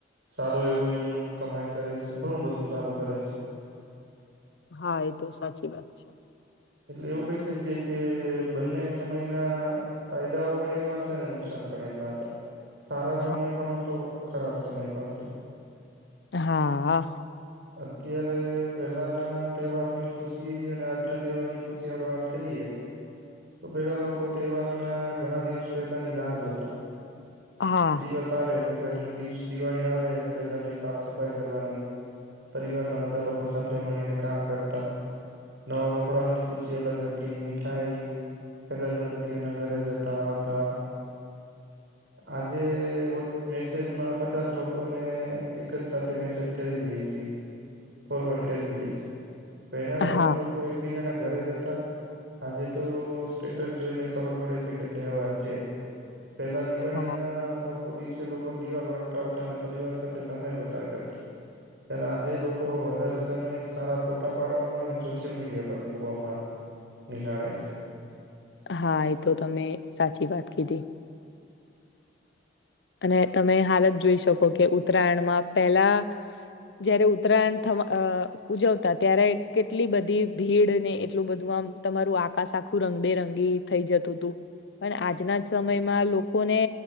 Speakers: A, on the right; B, on the left.
A: સારું એવું એમનું કમાઈ કરે છે, ઘણું બધું સારું કરે છે.
B: હા, એ તો સાચી વાત છે.
A: એટલે એવું કહી શકીએ કે, બંને સમયના ફાયદાઓ પણ એટલા છે અને નુકસાન પણ એટલા હતા. સારો સમય
B: હા
A: પણ હતો, ખરાબ સમય પણ હતો.
B: હા.
A: અત્યારે પહેલાં ના તહેવારોની ખુશી અને આજના તેહવારુ ની ખુશી આપડે વાત કરીએ તો પેલા લોકો તહેવાર ના ઘણા દિવસ પહેલાની રાહ જોતા.
B: હા
A: દિવસ આવે એટલે ઘર દિવ, દિવાળી આવે એટલે ઘરની સાફ સફાઈ કરવાની. પરિવારના બધા લોકો સાથે મળીને કામ કરતા, નવા થોડાની ખુશી અલગ હતી, મીઠાઈ સગા-સંબંધીઓ ના ઘરે જતા-આવતા, આજે મેસેજમાં પચાસ લોકોને એક જ સાથે મેસેજ કરી દઈએ છીએ. ફોરવર્ડ કરી દીયે છે, પેલાના
B: હા,
A: લોકો એકબીજાના ઘરે જતા આજે તો સ્ટેટસ જોઈને ખબર પડે છે કે, તહેવાર છે પેલા દિવાળીના
B: હા,
A: ના લોકો દિવસે લોકો દીવા પ્રગટાવતા અને પરિવાર સાથે સમય પસાર કરતા. ત્યારે આજે લોકો વધારે સમય સારા ફોટા પાડવા માં અને સોશિયલ મીડિયા પર પર મૂકવામાં નિહાળે છે.
B: હા એ તો તમે સાચી વાત કીધી. અને તમે હાલત જોઈ શકો કે ઉત્તરાયણમાં પેલા જયારે ઉત્તરાયણ ઉજવતા ત્યારે કેટલી બધી ભીડ અને એટલું બધું આમ તમારું આકાશ આખું રંગબેરંગી થઈ જતું હતું. પણ આજના સમયમાં લોકોને